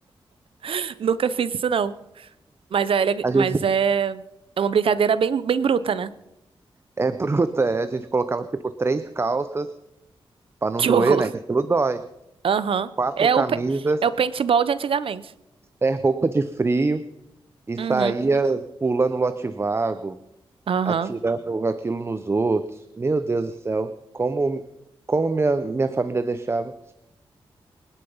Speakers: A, on the right; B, on the right.
A: <laughs> nunca fiz isso não. Mas é, ele-
B: A gente
A: mas é, é uma brincadeira bem, bem bruta, né? <laughs>
B: é bruta, é, a gente colocava tipo três calças pra não
A: Que
B: doer,
A: horror.
B: né? Que aquilo dói.
A: Aham.
B: Quatro
A: É
B: camisas,
A: o, pe- é o paintball de antigamente.
B: é roupa de frio. E saía
A: Uhum.
B: pulando lote vago,
A: Aham.
B: atirando aquilo nos outros. Meu Deus do céu, como, como minha, minha família deixava.